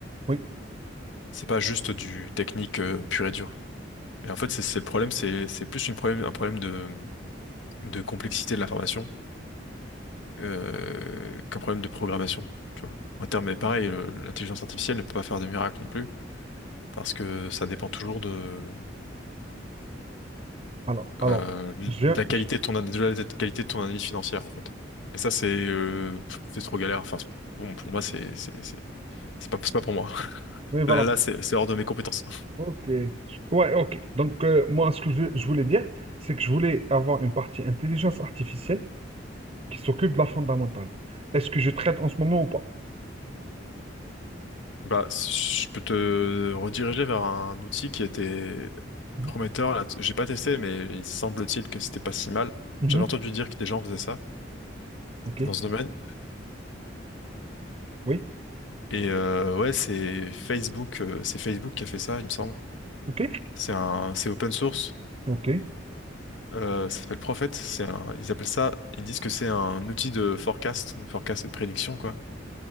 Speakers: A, on the right (about 35°); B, on the left (about 75°).
A: oui.
B: C'est pas juste du technique euh, pur et dur. Et en fait, c'est c'est le problème, c'est c'est plus une problème, un problème de, de complexité de l'information euh, qu'un problème de programmation, tu vois. En termes, mais pareil, le- l'intelligence artificielle ne peut pas faire de miracles non plus, parce que ça dépend toujours de,
A: Alors, alors,
B: euh,
A: je,
B: de la qualité
A: je-
B: de ton, an- de la qualité de ton analyse financière, en fait. Et ça, c'est euh, pff, c'est trop galère. Enfin, c'est- bon, pour moi, c'est c'est c'est- c'est pas, c'est pas pour moi. <laughs>
A: oui, voilà.
B: Là, là, c'est c'est hors de mes compétences.
A: Ok. Ouais, ok. Donc, euh, moi, ce que je, je voulais dire, c'est que je voulais avoir une partie intelligence artificielle qui s'occupe de la fondamentale. Est-ce que je traite en ce moment ou pas?
B: Bah, je peux te rediriger vers un outil qui était
A: Mhm,
B: prometteur. là. J'ai pas testé, mais il semble-t-il que c'était pas si mal.
A: mhm,
B: J'avais entendu dire que des gens faisaient ça
A: Ok.
B: dans ce domaine.
A: Oui.
B: Et euh, ouais, c'est Facebook, euh, c'est Facebook qui a fait ça, il me semble.
A: Ok.
B: C'est un, c'est open source.
A: Ok.
B: Euh, ça s'appelle Prophet. C'est un, ils appellent ça, ils disent que c'est un outil de forecast, de forecast et de prédiction, quoi,